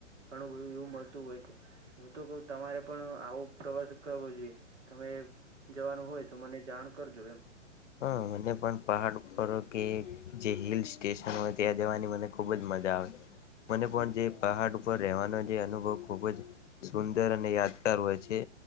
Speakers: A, on the right; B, on the left.
A: ઘણું બધું એવું મળતું હોય છે. હું તો કહ તમારે પણ આવો પ્રવાસ કરવો જોઈએ તમે જવાનું હોય તો મને જાણ. કરર જો એમ.
B: હ મને પણ પહાડ ઉપ કે જે હિલ સ્ટેશન હોય ત્યાં જવાની મને ખૂબ જ મજા આવે. મને પણ જે પહાડ ઉપર રહેવાનો જે અનુભવ ખુબ જ. સુંદર અને યાદગાર હોય છે.